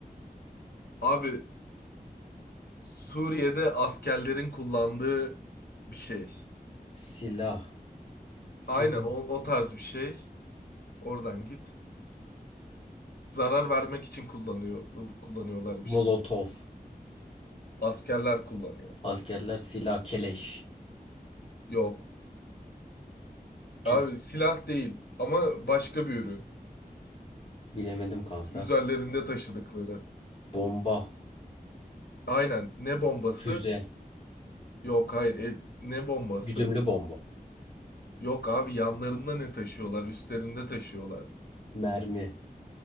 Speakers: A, on the left (about 80°); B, on the left (about 35°).
A: Abi Suriye'de askerlerin kullandığı bir şey.
B: Silah. Suri.
A: Aynen o, o tarz bir şey. Oradan git. Zarar vermek için kullanıyor, kullanıyorlar
B: Molotov.
A: bir şeylere. Askerler kullanıyor.
B: Askerler silah keleş.
A: Yok.
B: Tüf.
A: Abi silah değil ama başka bir ürün.
B: Bilemedim kanka.
A: Üzerlerinde taşıdıkları.
B: Bomba.
A: Aynen. Ne bombası?
B: Füze.
A: Yok hayır. E, ne bombası?
B: Güdümlü bomba.
A: Yok abi yanlarında ne taşıyorlar? Üstlerinde taşıyorlar.
B: Mermi.